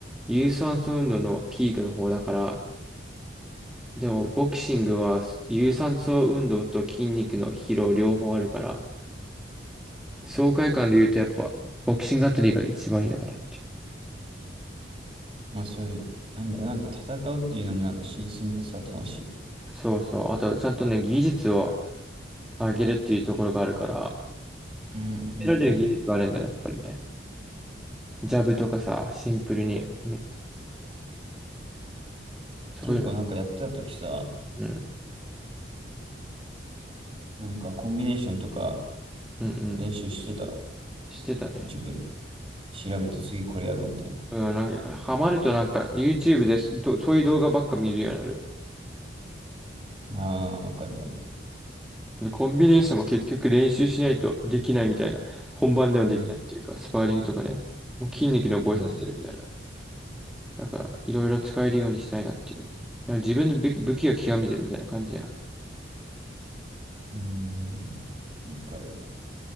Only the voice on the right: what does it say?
まあそういう、なんだろう、なんか戦うっていうのもなんか新鮮でさ、楽しい。
うんうんうん。
結構なんかやってた時さ、
なんかコンビネーションとか
練習してた。
自分。調べて次これやろうみたいな。
ああ、わかるわ。
うん。
うん。
うん。わかる。